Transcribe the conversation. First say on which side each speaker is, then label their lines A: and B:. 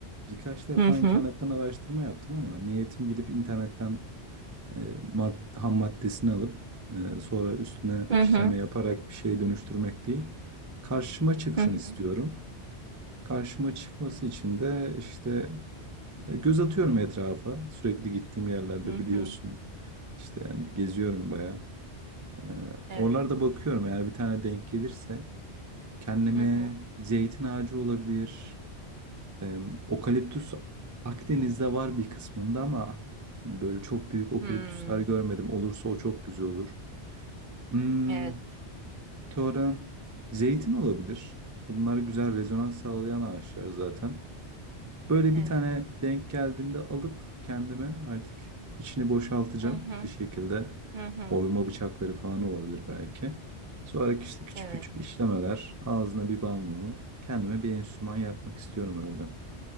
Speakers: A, on the right (about 25°); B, on the right (about 50°).
A: Birkaç defa
B: Hı hı.
A: internetten araştırma yaptım ama niyetim gidip internetten e, mad- ham maddesini alıp e, sonra üstüne
B: Hı
A: işleme
B: hı.
A: yaparak bir şeye dönüştürmek değil. Karşıma çıksın
B: Hı hı.
A: istiyorum. Karşıma çıkması için de işte E, Göz atıyorum etrafa. Sürekli gittiğim yerlerde
B: Hı hı.
A: biliyorsun. İşte yani geziyorum bayağı. E,
B: Evet.
A: Oralarda bakıyorum eğer bir tane denk gelirse kendime
B: Hı hı.
A: zeytin ağacı olabilir. E, Okaliptüs Akdeniz'de var bir kısmında ama böyle çok büyük okaliptüsler
B: Hmm.
A: görmedim. Olursa o çok güzel olur. Hmm,
B: Evet.
A: sonra zeytin olabilir. Bunlar güzel rezonans sağlayan ağaçlar zaten. Böyle
B: Evet.
A: bir tane denk geldiğinde alıp kendime artık içini boşaltacağım
B: Hı hı.
A: bir şekilde.
B: Hı hı.
A: Oyma bıçakları falan olabilir belki. Sonra işte küçük
B: Evet.
A: küçük işlemeler, ağzına bir bal mumu. Kendime bir enstrüman yapmak istiyorum öyle.